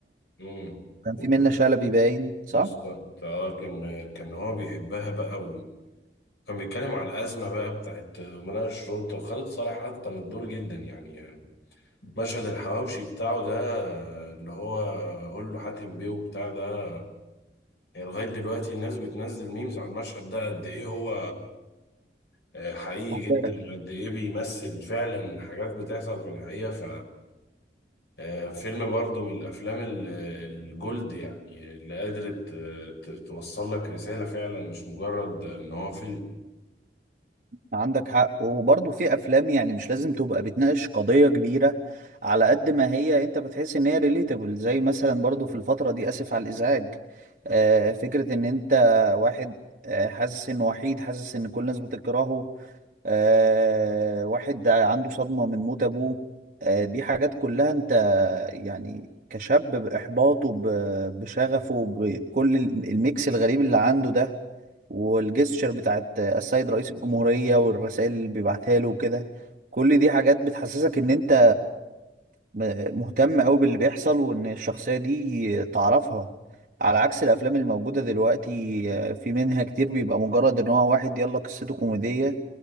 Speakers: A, on the left (about 75°); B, on the right (about 50°).
A: مم.
B: كان
A: وال-
B: في منة شلبي باين صح
A: بالظبط اه كان كان هو بيحبها بقى كان بيتكلم على الأزمة بقى بتاعت مناقشة الشرطة وخالد صالح أتقن الدور جدا يعني يعني مشهد الحواوشي بتاعه ده اللي هو قول له حاتم بيه وبتاع ده يعني لغاية دلوقتي الناس بتنزل ميمز على المشهد ده قد إيه هو آه، حقيقي
B: اوكي
A: جدا قد إيه بيمثل فعلا حاجات بتحصل في الحقيقة ف آه، فيلم برضه من الأفلام ال- الجولد يعني اللي قادرة ت- ت- توصل لك رسالة فعلا مش مجرد إن هو فيلم
B: عندك حق وبرضه في افلام يعني مش لازم تبقى بتناقش قضية كبيرة على قد ما هي انت بتحس ان هي ريليتابل زي مثلا برضه في الفترة دي اسف على الازعاج آه فكرة ان انت واحد آه حاسس انه وحيد حاسس ان كل الناس بتكرهه آه واحد عنده صدمة من موت ابوه آه دي حاجات كلها انت يعني كشاب بإحباطه ب- بشغفه بكل الميكس الغريب اللي عنده ده والجستشر بتاعت السيد رئيس الجمهورية والرسائل اللي بيبعتها له وكده كل دي حاجات بتحسسك ان انت م- مهتم قوي باللي بيحصل وان الشخصية دي تعرفها على عكس الافلام الموجودة دلوقتي آه، في منها كتير بيبقى مجرد ان هو واحد يلا قصته كوميدية